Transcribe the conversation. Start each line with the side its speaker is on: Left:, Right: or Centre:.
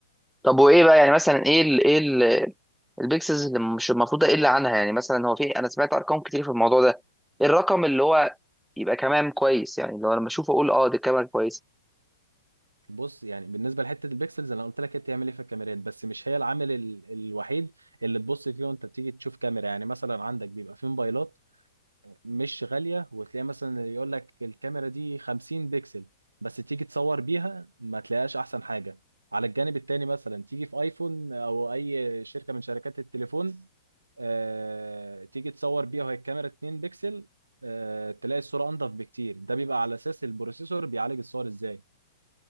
Centre: طب وايه بقى يعني مثلا ايه ال ايه ال البيكسلز اللي مش المفروض اقل عنها يعني مثلا هو في انا سمعت ارقام كتير في الموضوع ده إيه الرقم اللي هو يبقى كمان كويس يعني لو انا لما اشوفه اقول اه دي كاميرا كويسه
Right: بص يعني بالنسبه لحته البيكسلز انا قلت لك هي بتعمل ايه في الكاميرات بس مش هي العامل ال- الوحيد اللي تبص فيه وانت بتيجي تشوف كاميرا يعني مثلا عندك بيبقى في موبايلات مش غالية وتلاقي مثلا يقول لك الكاميرا دي 50 بكسل بس تيجي تصور بيها ما تلاقيهاش أحسن حاجة على الجانب التاني مثلا تيجي في ايفون او اي شركة من شركات التليفون آه، تيجي تصور بيها وهي الكاميرا 2 بكسل آه، تلاقي الصورة انضف بكتير ده بيبقى على اساس البروسيسور بيعالج الصور ازاي